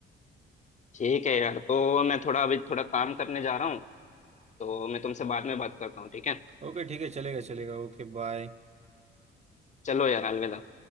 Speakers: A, on the left; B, on the right.
A: ठीक है यार तो मैं थोड़ा अभी थोड़ा काम करने जा रहा हूँ तो मैं तुमसे बाद में बात करता हूँ ठीक है
B: ओके ठीक है चलेगा चलेगा ओके बाय
A: चलो यार अलविदा